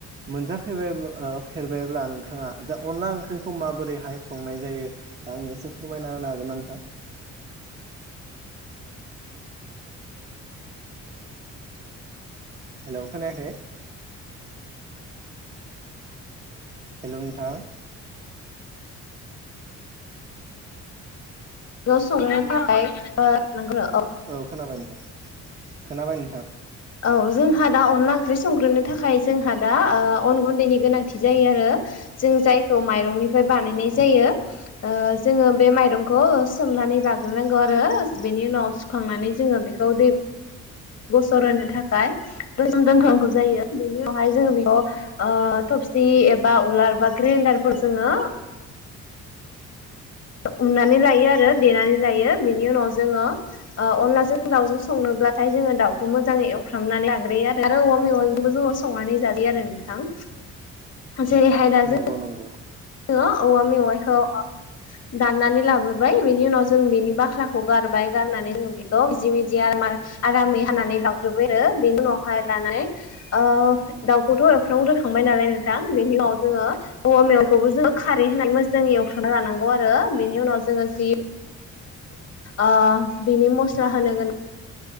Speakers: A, on the right (about 30°); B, on the left (about 55°).
A: मोनजाफेरबाय ओ फेरबायब्ला नोंथाङा दा अनला ओंख्रिखौ माबोरैहाय संनाय जायो। आंनो एसे फोरमायना होनो हागोनना नोंथां। हेलौ खोनाखै। हेलौ नोथां।
B: बेखौ संनो थाखाया ओ नोंगो।
A: औ खोनाबाय नोंथां खोनाबाय नोंथां।
B: औ जोंहा दा अनला ओंख्रि संग्रोनो थाखाय जोंहा दा ओ अन गुन्दैनि गोनांथि जायो आरो। जों जायखौ माइरंनिफ्राय बानायनाय जायो ओ जोङो बे माइरंखौ सोम नानै लाग्रोनांगौ आरो बेनि उनाव सुखांनानै जोङो बेखौ दै गसर होनो थाखाय दसे दोनथ'नांगौ जायो। बेनि उनावहाय जोङो बेखौ ओ थबसि एबा उलार‌ बा ग्रेन्डारफोर जोङो
A: <inaudible>
B: उननानै लायो आरो देनानै लायो बेनि उनाव जोङो ओ अनलाजों दाउजों संनो अब्लाथाय जोङो दाउखौ मोजाङै एवफ्रामनानै लाग्रोयो आरो औवा मेवाइजोंबो जोङो संनानै जाजायो आरो नोंथां।
A: <inaudible>
B: जेरैहाय दा
A: नंगौ
B: जों
A: नंगौ
B: ङो औवा मेवायखौ दाननानै लाबोबाय बेनि उनाव जों बेनि बाख्लाखौ गारबाय गारनानै जों बेखौ मिजि मिजि आराम आरामै हानानै लाग्रोबाय आरो बेनि उनावहाय लानाय ओ दाउखौथ' एवफ्राम ग्रोखांबाय नालाय नोंथां बेनि उन जोङो औवा मेवाय बेखौबो जोङो खारै होनानै मोजाङै एवख्रांना लानांगौ आरो बेनि उनाव जोङो जि ओ बिनि मस्ला होनो गोनां